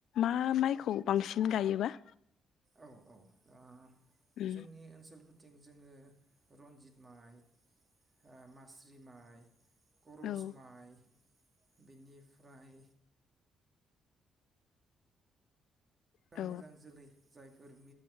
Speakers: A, on the left; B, on the right.
A: मा माइखौ बांसिन गायोबा?
B: औ औ दा
A: उम
B: जोंनि ओनसोलफोर थिं जोंङो रन्जित माइ ओ मास्रि माइ करसमाइ
A: औ
B: बिनिफ्राय मोजां
A: औ
B: मोजां जोलै जायफोर